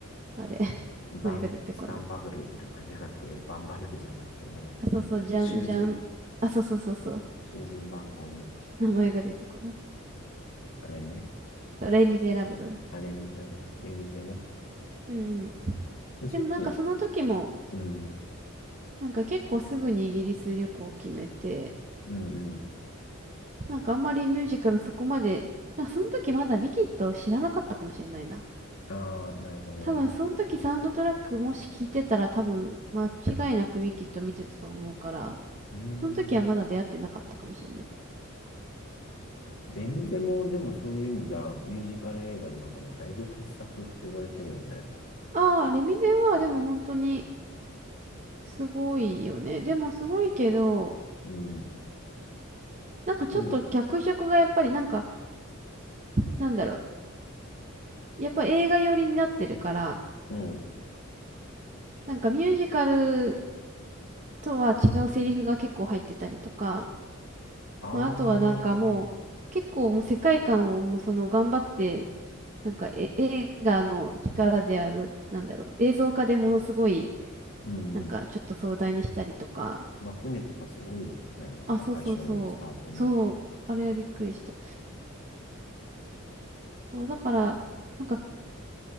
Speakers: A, on the right (about 35°); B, on the left (about 70°).
A: あれ、<laughs>
B: バン、
A: 前が出てこない。
B: スタンバグル、ルクじゃなくて、バンバルクじゃなくて、なんだっけ囚人、
A: あ、そうそう、じゃんじゃん。あ、そうそうそうそう。
B: 囚人番号の、
A: 名前が出てこない。
B: あれね。
A: レ・ミゼラブル。
B: あれみたいな、レミゼね。
A: うんうん。
B: そういう意味
A: でもなんかその時も、
B: うん、
A: なんか結構すぐにイギリス旅行を決めて、
B: うん、うん。
A: なんかあんまりミュージカルそこまで、なんかその時まだウィキッドを知らなかったかもしれないな。
B: ああ、なるほどね。
A: 多分その時サウンドトラックもし聞いてたら多分間違いなくウィキッド見てたと思うから、
B: うーん。
A: その時はまだ出会ってなかったかもしれない。
B: レミゼも、でもそういう意味じゃ、ミュージカル映画の中でだいぶ傑作って言われてるよね。
A: ああ、レ・ミゼはでも本当にすごいよね。でもすごいけど、
B: うん。
A: なんかちょっと脚色がやっぱりなんか、
B: これ、う
A: なんだろうやっぱ映画寄りになってるから、
B: ん。
A: なんかミュージカルとは違うセリフが結構入ってたりとか、
B: ああ、
A: まああとはなんかもう結構もう世界観をもうその頑張って、なんかえ映画の力である、なんだろう、映像化でものすごい
B: うん。
A: なんかちょっと壮大にしたりとか、
B: まあ、船とかすごいもんね。なんか最初のスタートの。
A: あ、そうそうそう、そう、あれはびっくりした。そう、だから、なんか